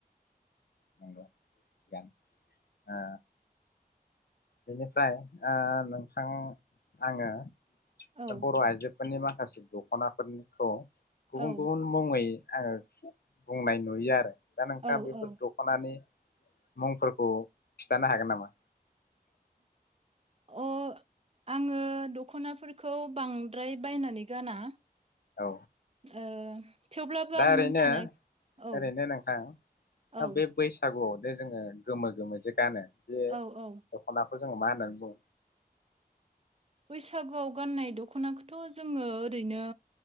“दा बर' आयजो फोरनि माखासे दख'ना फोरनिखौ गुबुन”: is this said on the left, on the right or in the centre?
Left